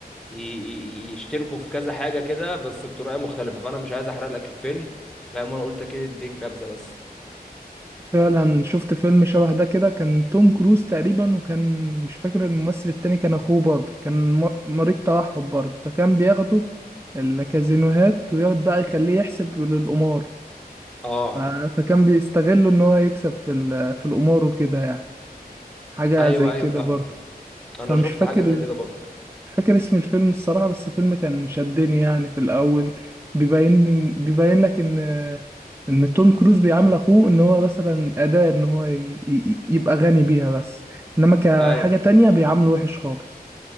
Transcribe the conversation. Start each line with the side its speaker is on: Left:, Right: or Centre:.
Centre: ي- ي- ي- يشتركوا في كذا حاجه كده بس بطريقه مختلفه فانا مش عايز احرق لك الفيلم فاهم انا قلت كده اديك نبذه بس
Right: فعلا شفت فيلم شبه ده كده كان توم كروز تقريبا وكان مش فاكر الممثل التاني كان اخوه برضه كان م- مريض توحد برضه فكان بياخده الكازينوهات ويقعد بقى يخليه يحسب للقمار
Centre: اه
Right: ف- فكان بيستغله ان هو يكسب في ال- في القمار وكده يعني حاجة
Centre: ايوه
Right: زي كده
Centre: ايوه فاهمك
Right: برضه فمش
Centre: انا شفت
Right: فاكر
Centre: حاجه زي كده برضو
Right: مش فاكر اسم الفيلم الصراحة بس الفيلم كان شدني يعني في الأول بيبين بيبين لك إن إن توم كروز بيعامل أخوه إن هو مثلا أداة إن هو ي... ي- يبقى غني بيها بس إنما كحاجة
Centre: ايوه
Right: تانية بيعامله وحش خالص